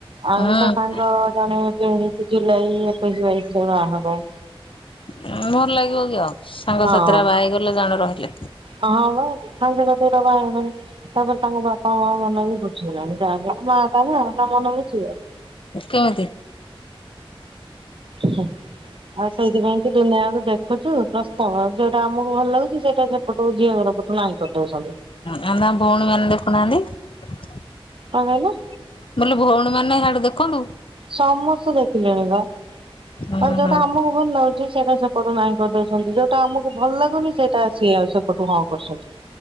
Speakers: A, on the right; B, on the left.
A: ଆଉ
B: ହୁଁ
A: ତାସାଙ୍ଗ ଜଣେ କିଏ ଜୁଲାଇ ଏକୋଇଶ, ବାଇଶରେ ବାହା ହବ।
B: କିଅଣ ଲାଗିବ କି ଆଉ ସାଙ୍ଗ
A: ହଁ।
B: ସାଥିରେ ବାହା ହେଇଗଲେ ଜଣେ ରହିଲେ
A: ହଁ ବା ସାଙ୍ଗ ସାଥିରେ ତ ବାହା ହେଇଗଲେଣି। ତାପରେ ତମ ବାପ ମା ମନ ବୁଝୁନି ଯ ମା ବପା <unintelligible> ନା ମନେ ବୁଝିବ
B: କଅଁ କି
A: ହୁ ଆଉ ସେଇଥିପାଇଁ କି ଦୁନିଆରୁ ଦେଖ। ଖୋଜୁ ପ୍ରସ୍ତାବ ଯୋଉଟା ଆମକୁ ଭଲ ଲାଗୁଛି। ସେଇଟା ସେପଟୁ ଝିଅ ଘର ପଟୁ ନାହିଁ କରିଦଉଛନ୍ତି।
B: ହଁ ଆମା ଭଉଣୀମାନଙ୍କୁ ଦେଖୁନାହାନ୍ତି।
A: ଆଉ ଭଲ?
B: ବୋଲେ ଭଉଣୀ ମାନେ ସାଡେ ଦେଖନ୍ତୁ।
A: ସମସ୍ତେ ଦେଖିଲେଣି ବା ହେ
B: ହୁଁ
A: ଯୋଉଟା
B: ହୁଁ ହୁଁ
A: ଆମକୁ ଭଲ ଲାଗୁଛି, ସେଇଟା ସେପଟୁ ନାଇଁ କରିଦଉଛନ୍ତି, ଯୋଉଟା ଆମକୁ ଭଲ ଲାଗୁନି ସେଇଟା ସିଏ ଆସି ସେପଟୁ ହଁ କରୁଛନ୍ତି।